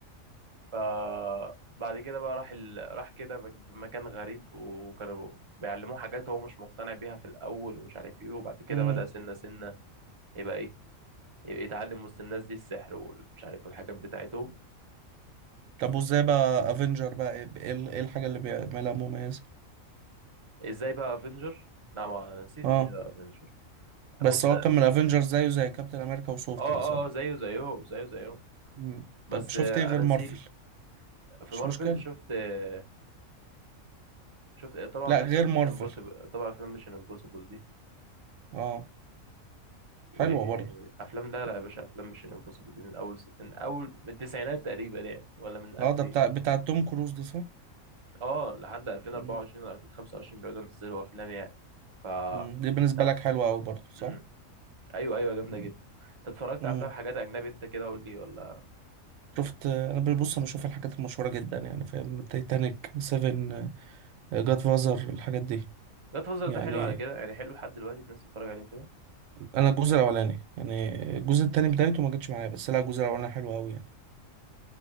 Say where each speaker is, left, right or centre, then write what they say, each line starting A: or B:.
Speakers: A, on the right (about 30°); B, on the right (about 75°).
A: فبعد كده بقى راح ال... راح كده مك- مكان غريب وكانوا بيعلموه حاجات هو مش مقتنع بيها في الأول ومش عارف ايه وبعد كده
B: امم
A: بدأ سنة سنة يبقى ايه يبقى يتعلم وسط الناس دي السحر ومش عارف والحاجات بتاعتهم
B: طب وازاي بقى افنجر بقى ايه ايه ال- ايه الحاجة اللي بيعملها مميزة
A: ازاي بقى افنجر لا ما انا نسيت
B: اه
A: ازاي بقى افنجر
B: بس
A: بص
B: هو
A: اه
B: كان من افنجر زيه زي كابتن امريكا وثور
A: اه
B: كده صح
A: زيه زيهم زيه زيهم
B: امم
A: بس
B: طب شفت
A: آه،
B: ايه غير
A: انا نسيت
B: مارفل
A: في
B: مش
A: مارفل
B: مشكلة
A: شفت آه، شفت آه، طبعا
B: لا غير
A: افلام ميشن
B: مارفل
A: امبوسيبل طبعا افلام ميشن امبوسيبل دي
B: اه
A: وافلام
B: حلوة برضو
A: لا لا يا باشا افلام مش امبوسيبل دي من اول من اول من التسعينات تقريبا يعني ولا من 2000
B: اه ده بتاع بتاع توم كروز دي صح
A: اه لحد 2024
B: امم
A: ولا 2025 بيقعدوا ينزلوا افلام يعني ف
B: امم دي بالنسبة
A: لا
B: لك حلوة قوي برضو صح
A: امم ايوه ايوه جامده
B: امم
A: جدا انت اتفرجت
B: امم
A: على افلام حاجات اجنبي انت كده قول لي ولا
B: شفت انا ببص بشوف الحاجات المشهورة جدا يعني فاهم تايتانيك سيفن جاد فازر الحاجات دي
A: جاد فازر
B: يعني
A: ده حلو على كده يعني حلو لحد دلوقتي الناس تتفرج عليه كده
B: انا الجزء الاولاني يعني الجزء التاني بدايته ما جاتش معايا بس لا الجزء الاولاني حلو قوي يعني